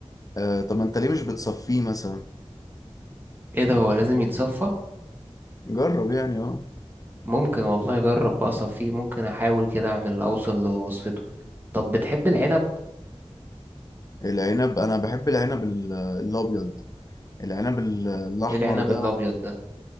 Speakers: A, on the left; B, on the right.
A: آه طب ما انت ليه مش بتصفيه مثلا
B: ايه ده هو لازم يتصفى
A: جرب يعني اه
B: ممكن والله اجرب بقى اصفيه ممكن احاول كده اعمل اوصل لوصفته طب بتحب العنب
A: العنب انا بحب العنب ال- الابيض العنب ال- الاحمر
B: ايه العنب
A: ده
B: الابيض ده